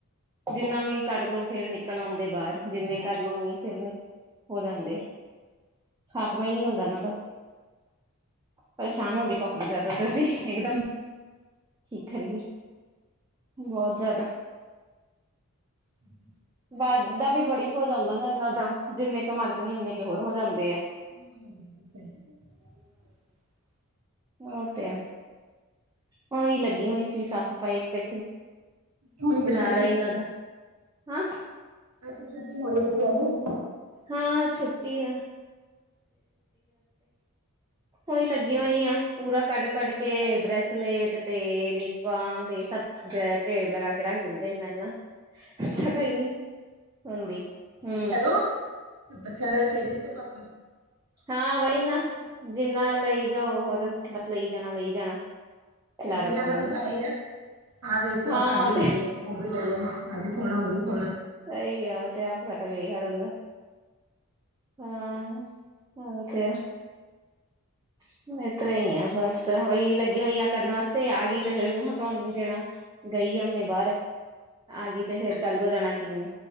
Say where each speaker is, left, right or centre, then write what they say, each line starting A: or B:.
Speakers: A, on the right; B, on the right.
A: ਜਿੰਨਾ ਵੀ ਕਰਲੋ ਫੇਰ ਨਿਕਲ ਆਂਦੇ ਬਾਰ ਜਿੰਵੇਂ ਕਰ ਲੋ ਉੱਨੀ ਫੇਰ ਨੀ ਹੋ ਜਾਂਦੇ। ਖਾਤਮਾ ਹੀ ਨਹੀਂ ਹੁੰਦਾ ਇਹਨਾਂ ਦਾ। ਪਰੇਸ਼ਾਨ ਹੋ ਗਏ ਕੋਕਰੋਚਾ ਤੋਂ ਤੁਸੀਂ ਇਕਦਮ। ਠੀਕਰੀ ਏ, ਬੋਤ ਜਾਦਾ
B: ਹਮ
A: ਵਦਾ ਵੀ ਬੜੀ ਹੋ ਜਾਂਦਾ ਨਾ ਇਹਨਾਂ ਦਾ, ਜਿੰਨੇ ਕਿ ਮਰਦੇ ਨ ਉਓਨੇ ਕੁ ਹੋਰ ਹੋ ਜਾਂਦਾ
B: <unintelligible>
A: ਓ ਤੇ ਐ। ਉਹੀ ਲੱਗੀ ਹੋਈ ਸੀ ਸਾਫ਼ ਸਫ਼ਾਈ, ਇੱਕ ਤੇ
B: ਹੋਣੀ
A: ਖਿਲਾਰਾ
B: ਬੱਚਿਆਂ ਦੀ
A: ਹੀ ਇਹਨਾਂ ਦਾ। ਹਾ
B: ਅਜ ਤੇ ਛੁੱਟੀ ਹੋਣੀ ਬੱਚਿਆਂ ਨੂੰ।
A: ਹਾਂ ਛੁੱਟੀ ਆ। ਹੋਹੀ ਲੱਗੀ ਹੋਈ ਆ ਪੂਰਾ ਕੱਢ ਕੱਢ ਕੇ ਬ੍ਰੈਸਲੇਟ ਤੇ, ਲਿਪ ਬਾਮ ਤੇ ਢੇਰ ਲਗਾ ਕੇ ਰੱਖ ਦਿੰਦੇ ਇੰਨਾ ਇੰਨਾ। ਜਗਹਾ ਨੀ ਹੁੰਦੀ, ਹੁ।
B: ਹੈਲੋ ਤੇ ਬੱਚਿਆਂ ਨੇ ਖੇਡ ਕਿੱਥੇ ਕਰਨਾ।
A: ਹਾਂ, ਵਹੀ ਨਾ, ਜਿੰਨਾ ਲਈ ਜਾਓ ਹੋਰ ਬ ਲਈ ਜਾਣਾ ਲਈ ਜਾਣਾ। ਖਿਲਾਰਾ
B: ਬੜੀਆ
A: ਪਾਉਣ
B: ਦਾ ਵੀ
A: ਨੂੰ
B: ਤਾਂ ਹੀ ਆ ਆਹ ਵੇਖਿਓ
A: ਹਾਂ
B: ਤੇ ਆ
A: ਉਹ
B: ਵੀ ਲੈ ਲੋ ਉਹ ਵੀ ਲੈ ਲੋ ਆ ਵੀ ਸੋਣਾ ਉਹ ਵੀ ਸੋਣਾ।
A: ਸਹੀ ਆ ਤੇ ਆਪ ਸਾਡਾ ਵੀ ਇਹੀ ਹਾਲ ਹੁੰਦਾ। ਹਾਂ, ਓ ਤੇ ਐ। ਇਸ ਤਰਾ ਹੀ ਆ ਬਸ ਉਹੀ ਲੱਗੀਆਂ ਹੋਈਆਂ ਕਰਨ ਵਾਸਤੇ ਆ ਗਈ ਤੇ ਫੇਰ ਮੈਨੂੰ ਹਟਾਉਣ ਵੀ ਦੇਣਾ ਗਈ ਗਈ ਆ ਹੁਣੇ ਬਾਰ। ਆ ਗਈ ਤੇ ਫੇਰ ਚੱਲ ਗ ਜਾਣਾ ਕਿਵੇਂ,